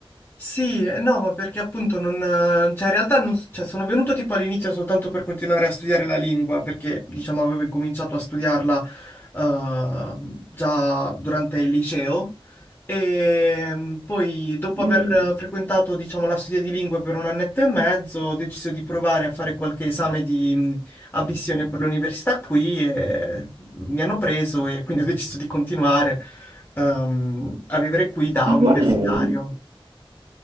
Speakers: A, on the left; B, on the right.
A: Sì, eh, no, ma perché appunto non... eh, Cioè, in realtà non s- cioè, sono venuto tipo all'inizio soltanto per continuare a studiare la lingua, perché diciamo avevo incominciato a studiarla eh, già durante il liceo e mm, poi dopo
B: Mm.
A: aver eh, frequentato diciamo la studia di lingue per un annetto e mezzo ho deciso di provare a fare qualche esame di mm, ammissione per l'università qui e mi hanno preso e quindi ho deciso di continuare ehm, a vivere qui da
B: Ah,
A: universitario.
B: Wow,